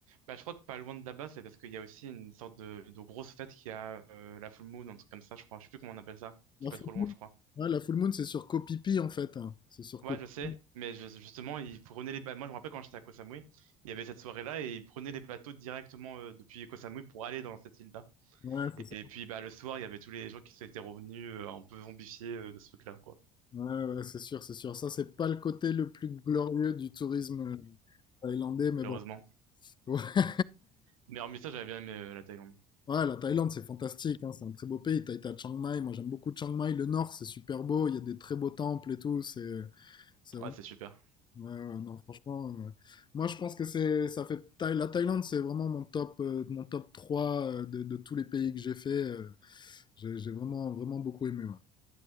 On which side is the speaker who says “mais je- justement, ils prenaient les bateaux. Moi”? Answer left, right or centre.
Right